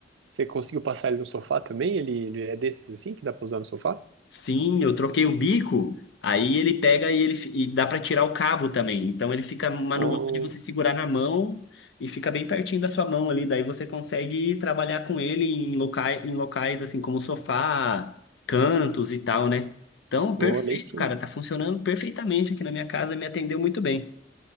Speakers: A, on the right (about 75°); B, on the left (about 65°).
A: você conseguiu passar ele no sofá também? Ele, ele é desses, assim, que dá pra usar no sofá?
B: Sim, eu troquei o bico, aí ele pega e ele fi- e dá para tirar o cabo também. Então ele fica manual
A: Oh,
B: de você segurar na mão e fica bem pertinho da sua mão ali, daí você consegue trabalhar com ele em locais, em locais assim como sofá, cantos e tal, né? Então, perfeito,
A: olhei sim.
B: cara, tá funcionando perfeitamente aqui na minha casa, me atendeu muito bem.